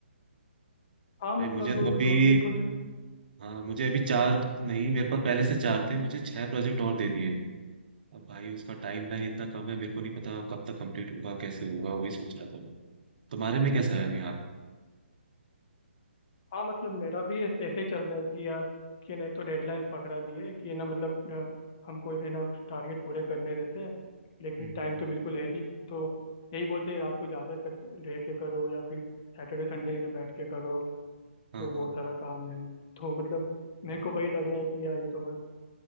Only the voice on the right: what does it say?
भाई
मुझे तो अभी
हाँ मुझे अभी चार नहीं मेरे पास पहले से चार थे मुझे छह प्रोजेक्ट और दे दिए अब भाई उसका टाइम लाइन इतना कम है मेरे को नहीं पता कब तक कंप्लीट होगा कैसे होगा वही सोच रहा था मैं तुम्हारे में कैसा है अभी हाल
हम्म
हाँ
हाँ